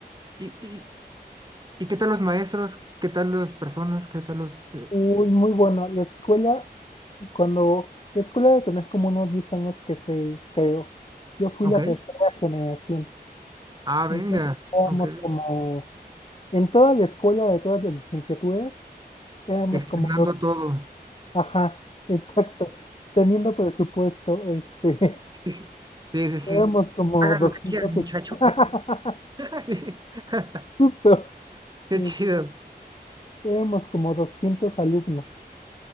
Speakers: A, on the right; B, on the left.
A: y, y qué tal los maestros? ¿Qué tal las personas? ¿Qué tal los...? eh,
B: Uy, muy bueno. La escuela, cuando la escuela de tener como unos 10 años que se creó, yo fui
A: ok.
B: la tercera generación.
A: Ah, venga.
B: Entonces éramos
A: Ok.
B: como, en toda la escuela de todas las licenciaturas, éramos
A: Estrenando
B: como dos.
A: todo.
B: Ajá, <laughs> exacto. Teniendo presupuesto, este.
A: <laughs> Sí, sí, sí.
B: Tenemos como
A: Hagan
B: 200
A: lo que quieran, muchachos.
B: es- <laughs>
A: <laughs> Sí. <laughs>
B: justo,
A: Qué
B: es-
A: chido.
B: éramos como 200 alumnos.